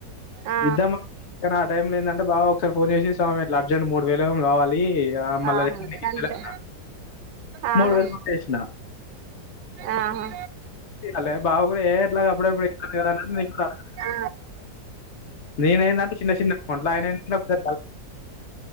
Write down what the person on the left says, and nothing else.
ఇద్దామా ఆ టైంలో ఏందంటే బావ ఒకసారి ఫోన్ చేసి స్వామి అట్ల అర్జెంట్ మూడు వేలు ఏమో గావాలి ఇగా మళ్ళ
తెచ్చి నీకిత్తలే
అన్నాడు
మూడు వేలు కొట్టేసిన
హలో బావ గూడ ఏ ఎట్లా అప్పుడప్పుడు ఇత్తను కద అన్నాడు నేను గూడా అడగలేదు
నేనైందంటే చిన్న చిన్న ఫం ఆయన ఏందంటే